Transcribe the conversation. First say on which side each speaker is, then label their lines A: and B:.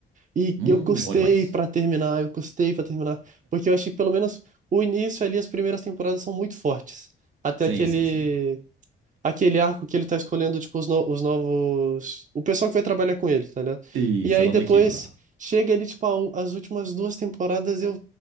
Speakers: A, on the right; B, on the right.
A: E
B: Hum,
A: eu custei
B: bom demais.
A: pra terminar, eu custei pra terminar. Porque eu achei que, pelo menos, o início ali, as primeiras temporadas são muito fortes. Até
B: Sim,
A: aquele...
B: sim, sim.
A: aquele arco que ele tá escolhendo, tipo, os, no- os novos. O pessoal que vai trabalhar com ele, tá ligado?
B: Isso,
A: E aí
B: a nova
A: depois
B: equipe lá.
A: chega ele, tipo, ao- as últimas duas temporadas, eu,